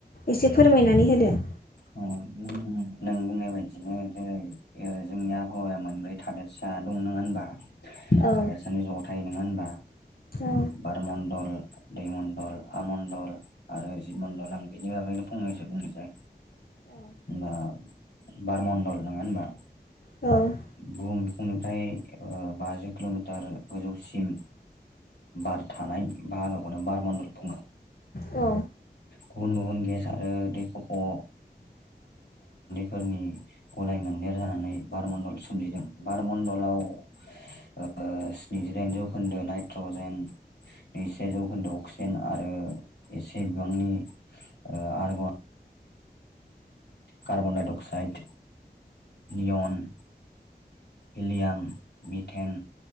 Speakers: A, on the left; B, on the left.
A: एसे फोरमायनानै होदो।
B: औ बुनो। नों बुंनाय बायदिनो जेरै ओ जोंनि आबहावाया मोनब्रै थादेरसा दं नङा होनबा।
A: औ
B: थादेरसानि ज'थाय नङा होनबा
A: औ
B: बार मणडल। दैमण्डल हा मण्डल आरो जिब मण्डल आं बेनि बागैनो फंनैसो बुंनोसै।
A: औ।
B: होनबा बार मण्डल नङा होनबा
A: औ
B: बुहुम बिखुं। फ्राय ओ बाजि किल'मिटार गोजौसिम। बार थानाय बाहागोखौनो बार मण्डल बुङो।
A: औ।
B: गुबुन गुबुन गेस आरो दै खफ' फोरनि गलाय मोनदेर जानानै बारमण्डल सोमजिदों बारण्डलाव ओ ओ स्निजिदाइन जौखोन्दो नाइट्रजेन नैजिसे जौखोन्दो अक्सिजेन आरो एसे बिबांनि ओ आरग कार्बनडाइ अक्साइड नियन हिलियाम मिटेन